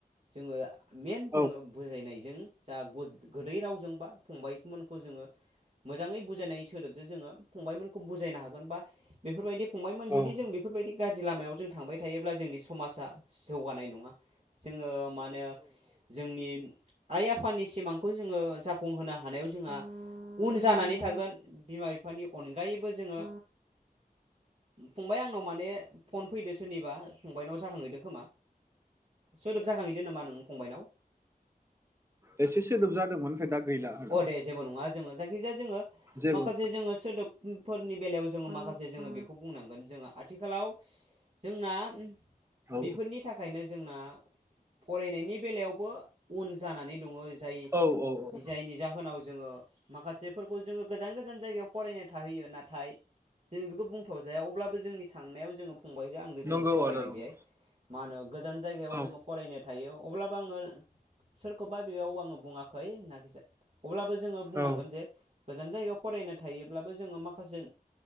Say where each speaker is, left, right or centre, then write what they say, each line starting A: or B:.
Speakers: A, on the right (about 45°); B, on the right (about 15°).
A: जोङो मेन
B: औ
A: जोङो बुजायनायजों जा गुस गोदै रावजोंबा फंबायमोनखौ जोङो मोजाङै बुजायनाय सोदोबजों जोङो फंबायमोनखौ बुजायनो हागोन बा बेफोरबायदि फंबायमोन जुदि
B: औ
A: जों बेफोरबायदि गाज्रि लामायाव जों थांबाय थायोब्ला जोंनि समाजा जौगानाय नङा जोङो। मा होनो जोंनि आइ आफानि सिमां खौ जोङो जाफुंहोनो हानायाव जोंहा उन जानानै थागोन बिमा बिफानि अनगायैबो जोङो फंबाय आंनाव माने फन फैदो सोरनिबा फंबायनाव जाखांहैदो खोमा सोर जाखांहैदो नामा नों फंबायनाव?
B: एसे सोदोब जादोंमोन ओमफाय दा गैला आदा
A: अ दे जेबो नङा जोङो जायखिजाया जोङो
B: जेबो
A: माखासे
B: औ
A: जोङो सोदोब फोरनि बेलायाव जोङो माखासे जोङो बेखौ बुंनांगोन जोङो आथिखालाव जोंना
B: औ
A: बेफोरनि थाखायनो जोंना फरायनायनि बेलायावबो उन जानानै दङ जाय
B: औ औ औ
A: जायनि जाहोनाव जोङो माखासेफोरखौ जोङो गोजान गोजान जायगायाव फरायनो थाहैयो नाथाय जों बेखौ बुंथावजाया अब्लाबो जोंनि साननायाव जो फंबाय आंजों जों
B: नंगौ
A: सावरायदो
B: आदा नंगौ
A: बेहाय मा होनो गोजान जायगायाव
B: औ
A: जों फरायनो थायो अब्लाबो आङो सोरखौबा बेयाव आङो बुङाखै। <unintelligible> अब्लाबो जोङो बुंनांगोन
B: औ
A: जे। गोजान जायगायाव फरायनाय थायोब्लाबो जोङो माखासे